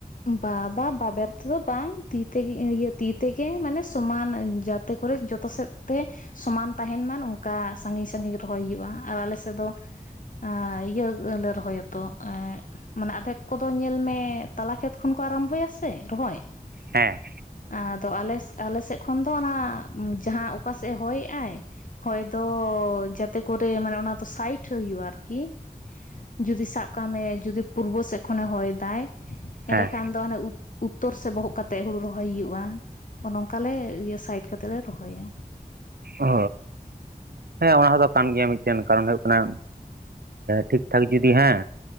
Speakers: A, on the left; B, on the right.
A: ᱵᱟᱝ ᱵᱟᱝ ᱵᱟᱵᱮᱨ ᱛᱮᱫᱚ ᱵᱟᱝ ᱛᱤ ᱛᱮᱜᱮ ᱤᱭᱟᱹ ᱛᱤ ᱛᱮᱜᱮ ᱢᱟᱱᱮ ᱥᱚᱢᱟᱱ ᱡᱟᱼᱼ ᱟᱛᱮ ᱠᱚᱨᱮ ᱡᱚᱛᱚ ᱥᱮᱫ ᱛᱮ ᱥᱚᱢᱟᱱ ᱛᱟᱦᱮᱱ ᱢᱟ ᱚᱱᱠᱟ ᱥᱟᱺᱜᱤᱧ ᱥᱟᱺᱜᱤᱧ ᱨᱚᱦᱚᱭ ᱦᱩᱭᱩᱜᱼᱟ ᱟᱨ ᱟᱞᱮ ᱥᱮᱫ ᱫᱚ ᱟ ᱤᱭᱟᱹ ᱞᱮ ᱨᱚᱦᱚᱭᱟᱛᱚ ᱢᱟᱱᱮ ᱟᱫᱷᱮᱠ ᱠᱚᱫᱚ ᱧᱮᱞ ᱢᱮ ᱛᱟᱞᱟ ᱠᱷᱮᱛ ᱠᱷᱚᱱ ᱠᱚ ᱟᱨᱚᱢᱵᱷᱚᱭᱟ ᱥᱮ ᱨᱚᱦᱚᱭ᱾
B: ᱦᱮᱸ
A: ᱟᱫᱚ ᱟᱞᱮ ᱟᱞᱮ ᱥᱮᱫ ᱠᱷᱚᱱ ᱫᱚ ᱚᱱᱟ ᱡᱟᱦᱟᱸ ᱚᱠᱟᱥᱮᱫᱼ ᱮ ᱦᱚᱭᱮᱜᱼᱟᱭ ᱦᱚᱭ ᱫᱚ ᱡᱟᱛᱮ ᱠᱚᱨᱮ ᱢᱟᱱᱮ ᱚᱱᱟ ᱫᱚ ᱥᱟᱭᱤᱴ ᱦᱚᱸ ᱦᱩᱭᱩᱜᱼᱟ ᱟᱨᱠᱤ ᱡᱩᱫᱤ ᱥᱟᱵ ᱠᱟᱜ ᱢᱮ ᱡᱩᱫᱤ ᱯᱩᱨᱵᱚ ᱥᱮᱫ ᱠᱷᱚᱱᱮ ᱦᱚᱭ ᱫᱟᱭ ᱮᱸᱰᱮᱠᱷᱟᱱ
B: ᱦᱮᱸ
A: ᱫᱚ ᱦᱟᱱᱮ ᱩᱫᱼᱼ ᱩᱛᱛᱚᱨ ᱥᱮᱫ ᱵᱚᱦᱚᱜ ᱠᱟᱛᱮᱫ ᱦᱩᱲᱩ ᱨᱚᱦᱚᱭ ᱦᱩᱭᱩᱜᱼᱟ, ᱚᱱᱻᱚᱱᱠᱟ ᱞᱮ ᱥᱟᱭᱤᱰ ᱠᱟᱛᱮᱜ ᱞᱮ ᱨᱚᱦᱚᱭᱟ᱾
B: ᱚ ᱦᱮᱸ ᱚᱱᱟᱫᱚ ᱠᱟᱱ ᱜᱮᱭᱟ ᱢᱤᱫᱴᱮᱱ ᱠᱟᱨᱚᱱ ᱚᱱᱟ ᱴᱷᱤᱠ ᱴᱷᱟᱠ ᱡᱩᱫᱤ ᱦᱮᱸ